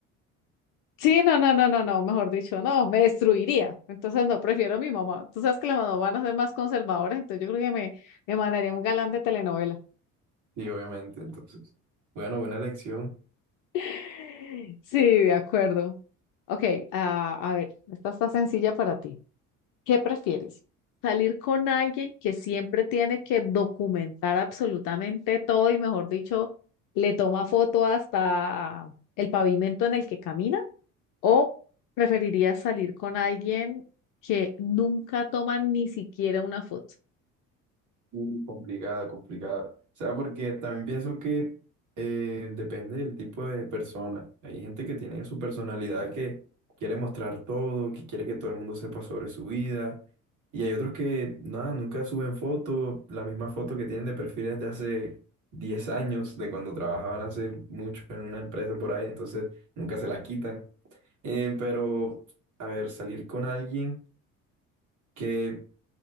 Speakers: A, on the left; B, on the right.
A: Sí, no, no, no, no, no, mejor dicho, no, me destruiría. Entonces, no, prefiero a mi mamá. Tú sabes que las mamás van a ser más conservadoras, entonces yo creo que me, me mandaría un galán de telenovela.
B: Sí, obviamente, entonces. Bueno, buena elección.
A: <laughs> Sí, de acuerdo. Ok, a, a ver, esta está sencilla para ti. ¿Qué prefieres? ¿Salir con alguien que siempre tiene que documentar absolutamente todo y, mejor dicho, le toma foto hasta el pavimento en el que camina? ¿O preferirías salir con alguien que nunca toma ni siquiera una foto?
B: Mm, Complicada, complicada. O sea, porque también pienso que eh, depende del tipo de persona. Hay gente que tiene su personalidad que quiere mostrar todo, que quiere que todo el mundo sepa sobre su vida. Y hay otros que, nada, nunca suben fotos, la misma foto que tienen de perfiles de hace 10 años, de cuando trabajaban hace mucho en una empresa por ahí, entonces nunca se la quitan. Eh, pero, a ver, salir con alguien que